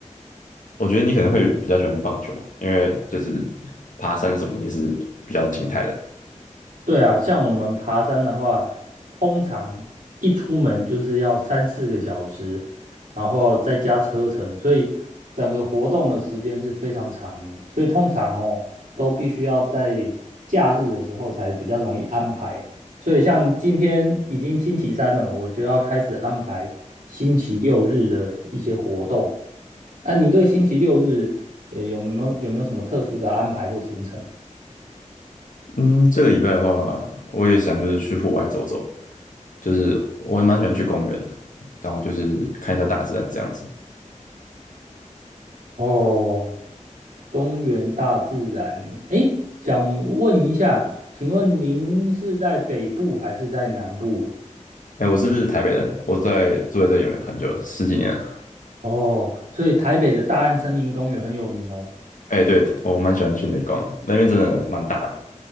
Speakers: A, on the left; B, on the right.
A: 我觉得你可能会比较喜欢棒球，因为就是爬山什么的也是比较静态的。
B: 对啊，像我们爬山的话，通常一出门就是要三四个小时，然后再加车程，所以整个活动的时间是非常长的所以通常哦，都必须要在假日的时候才比较容易安排。所以像今天已经星期三了，我就要开始安排星期六日的一些活动。那你对星期六日呃有没有有没有什么特殊的安排或行程？
A: 嗯，这个礼拜的话，我也想就是去户外走走，就是我也蛮喜欢去公园的，然后就是看一下大自然这样子。
B: 哦。公园大自然。诶，想问一下，请问您是在北部还是在南部？
A: 哎，我是台北人，我在住在这里面很久了，十几年了。
B: 哦，所以台北的大安森林公园很有名哦。
A: 哎，对，我蛮喜欢去那里逛的，那边真的蛮大的，